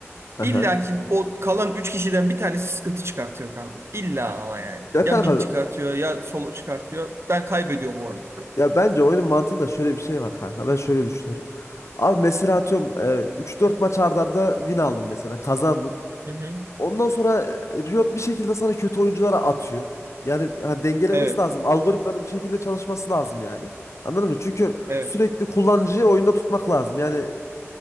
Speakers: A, on the left; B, on the right.
A: aha.
B: İlla ki o kalan 3 kişiden bir tanesi sıkıntı çıkartıyor kanka. İlla ama yani.
A: Ya kanka
B: Ya mid çıkartıyor ya solo çıkartıyor. Ben kaybediyorum o oyunu.
A: ya bence oyunun mantığında şöyle bir şey var kanka. Ben şöyle düşünüyorum. Abi mesela atıyorum e, 3-4 maç arda arda win aldın mesela. Kazandın.
B: Hı hı.
A: Ondan sonra e, Riot bir şekilde sana kötü oyunculara atıyor. Yani ha, dengelemesi
B: Evet.
A: lazım. Algoritmanın bir şekilde çalışması lazım yani. Anladın mı? Çünkü
B: Evet.
A: sürekli kullanıcıyı oyunda tutmak lazım. Yani